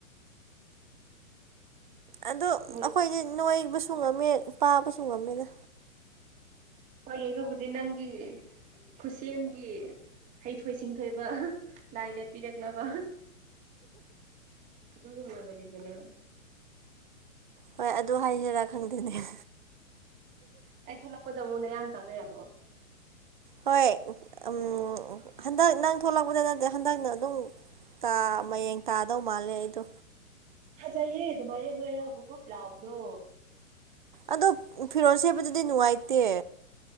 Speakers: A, on the right; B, on the right.
A: ꯑꯗꯨ
B: ꯑꯃꯨꯛ
A: ꯑꯩꯈꯣꯏꯗꯤ ꯅꯣꯏꯕꯁꯨ ꯉꯝꯃꯦ ꯄꯥꯕꯁꯨ ꯉꯝꯃꯦꯗ
B: ꯍꯣꯏ ꯑꯗꯨꯕꯨꯗꯤ ꯅꯪꯒꯤ ꯈꯨꯠꯁꯦꯝꯒꯤ ꯍꯩꯊꯣꯏ ꯁꯤꯡꯊꯣꯏꯕ ꯂꯥꯏꯅ ꯄꯤꯔꯛꯂꯕ ꯑꯗꯨꯒꯨꯝꯂꯕꯅꯤꯗꯥꯅ
A: ꯍꯣꯏ ꯑꯗꯨ ꯍꯥꯏꯁꯤꯔꯥ ꯈꯪꯗꯦꯅꯦ
B: ꯑꯩ ꯊꯣꯛꯂꯛꯄꯗ ꯑꯃꯨꯛ ꯅꯌꯥꯡ ꯀꯪ ꯂꯩꯔꯝꯃꯣ
A: ꯍꯣꯏ ꯎꯝ ꯍꯟꯗꯛ ꯅꯪ ꯊꯣꯛꯂꯛꯄꯗ ꯅꯠꯇꯦ ꯍꯟꯗꯛꯅ ꯑꯗꯨꯝ ꯇꯥ ꯃꯌꯦꯡ ꯇꯥꯗꯧ ꯃꯥꯜꯂꯦ ꯑꯩꯗꯣ
B: ꯐꯖꯩꯌꯦ ꯑꯗꯨꯃꯥꯏꯅ ꯅꯣꯏꯔꯒ ꯕꯨꯞ ꯕꯨꯞ ꯂꯥꯎꯕꯗꯣ
A: ꯑꯗꯣ ꯐꯤꯔꯣꯜ ꯁꯦꯠꯕꯗꯗꯤ ꯅꯨꯡꯉꯥꯏꯇꯦ